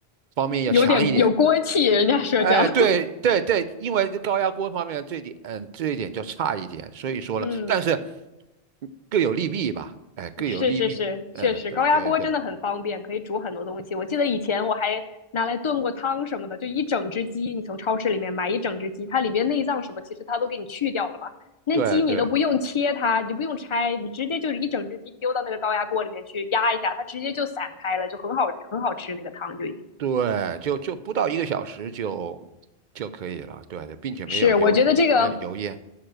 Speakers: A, on the right; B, on the left.
A: 方面要强一点。
B: 有点有锅气，人家说叫，
A: 哎，对对对，因为这高压锅方面这点，嗯，这一点就差一点，所以说呢，
B: <laughs> 嗯。
A: 但是嗯各有利弊吧，哎，各有利弊，
B: 是是是，
A: 哎，
B: 确实高压锅真的很方便，
A: 对对对
B: 可以煮很多东西。我记得以前我还拿来炖过汤什么的，就一整只鸡，你从超市里面买一整只鸡，它里面内脏什么其实它都给你去掉了嘛，那鸡你都不用切它，
A: 对对。
B: 你就不用拆，你直接就是一整只鸡丢到那个高压锅里面去压一下，它直接就散开了，就很好很好吃那个汤就已经。
A: 对，就就不到一个小时就就可以了，对并且没有油油没有油烟，
B: 是，我觉得这个